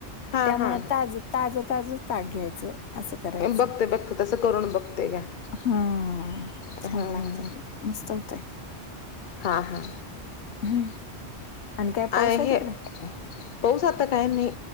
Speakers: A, on the left; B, on the left.
A: हा
B: त्यामुळं
A: हा
B: ताजं ताजं, ताजंच ताक घ्यायचं असं करायचं.
A: बघते... बघते... तसं करून बघते <unintelligible>
B: हम्म...
A: हम्म
B: छान
A: हम्म
B: लागतंय मग मस्त होतंय
A: हा हा
B: हुं, अन काय पाऊस
A: आ
B: हाय
A: हे
B: तिकडं
A: पाऊस आता काय नाई...